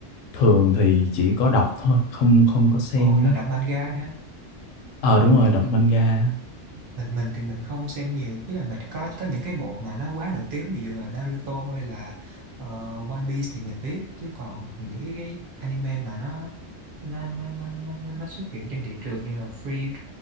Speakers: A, on the left; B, on the right.
A: thường thì chỉ có đọc thôi không không có xem
B: ồ là
A: á
B: đọc manga hả
A: ờ đúng rồi đọc manga
B: mình mình thì mình không xem nhiều ý là mình có có những cái bộ mà nó quá nổi tiếng ví dụ là Naruto hay là ờ, One Piece thì mình biết chứ còn những cái anime mà nó nó nó nó, nó, nó nó xuất hiện trên thị trường như là Free